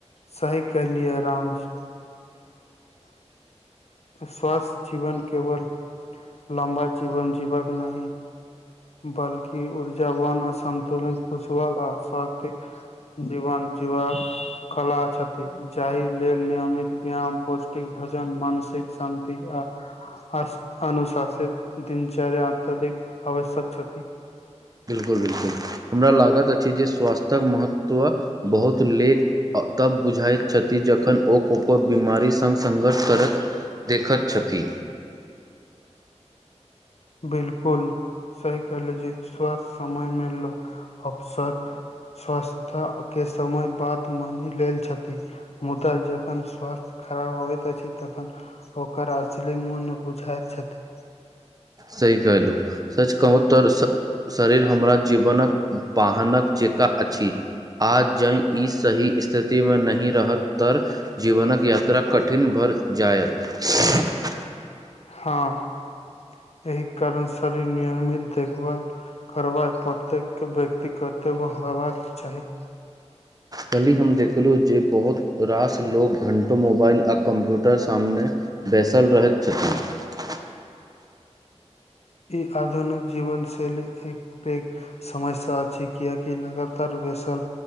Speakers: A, on the left; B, on the right.
A: सही कहलियै रामजी
B: <inaudible>
A: स्वासथ जीवन केवल लम्बा जीवन जीवक नहि बल्कि ऊर्जाावान अ सन्तुलन खुशहाल आ स्वातिक जीवन जीवक कला छथि जाहि लेल नियमित व्यायाम पोष्ट भोजन मानसिक शान्तिक आ अस अनुशासित दिनचर्य अत्यधिक आवश्यक छथि
B: बिल्कुल बिलकुल हमरा लागैत अछि जे स्वास्थ्यक महत्व बहुत लेक तब बुझाइत छथि जखन ओ कोको बीमारी सङ् संघर्ष करैत देखैत छथि
A: बिल्कुल साइकोलोजी स्वास्थ समय मे लोग अवसर स्वस्थ के समय बात मानि लेल छथि मुदा जखन स्वास्थ्य खराब होइत अछि तखन ओकर अश्ली मन बुझाइत छथि
B: सही कहलु सच कहु त शरीर हमरा जीवनक वाहनक जेका अछि आज ज ई सही स्थिति मे नहि रहत त जीवनक यात्रा कठिन भर जाायत
A: हँ एहि कारण शरीर नियमित देखभाल करबा प्रत्येक व्यक्ति कर्तव्य होबाक चाही
B: कहली हम देखलहुँ जे बहुत रास लोग घण्टो मोबाइल आ कम्प्यूटर सामने बैसल रहैत छथिन
A: ई आधुनिक जीवनशैली एक प समस्या अछि छै किएकि लगातार बैसल